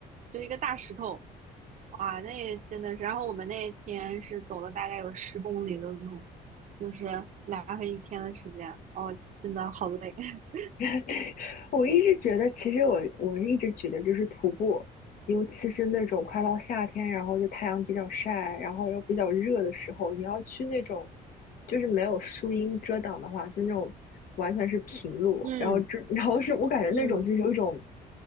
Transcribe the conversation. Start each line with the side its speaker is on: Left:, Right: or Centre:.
Right: 就是一个大石头，哇，那真的是，然后我们那天是走了大概有十公里的路，就是来回一天的时间，哦，真的好累，<laughs>
Left: <laughs> 对，我一直觉得，其实我我一直觉得，就是徒步，尤其是那种快到夏天，然后就太阳比较晒，然后又比较热的时候，你要去那种就是没有树荫遮挡的话，就那种完全是平路，
Right: 嗯
Left: 然后这 <laughs> 然后是我感觉那种就是有一种
Right: 嗯，